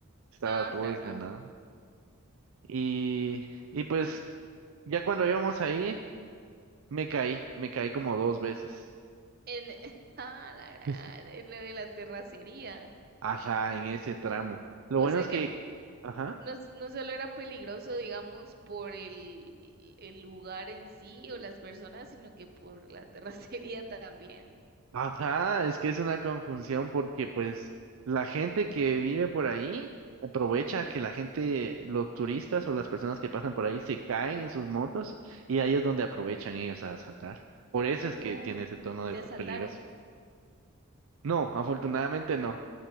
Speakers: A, on the right; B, on the right.
A: estaba
B: Ah,
A: todo
B: la
A: desganado.
B: gran.
A: Y... Y pues Ya cuando íbamos ahí, me caí, me caí como dos veces.
B: En, <laughs> ah, la gran,
A: <laughs>
B: en lo de la terracería.
A: Ajá, en ese tramo. Lo
B: O
A: bueno
B: sea
A: es
B: que
A: que, ajá,
B: no, s- no solo era peligroso, digamos, por el, el lugar en sí o las personas, sino que por la <laughs> terracería también.
A: ajá, es que es una conjunción porque pues la gente que vive por ahí aprovecha que la gente, los turistas o las personas que pasan por ahí se caen en sus motos y ahí es donde aprovechan ellos a asaltar. Por eso es que
B: No,
A: tiene ese tono de
B: te
A: peligroso.
B: asaltaron.
A: No, afortunadamente no.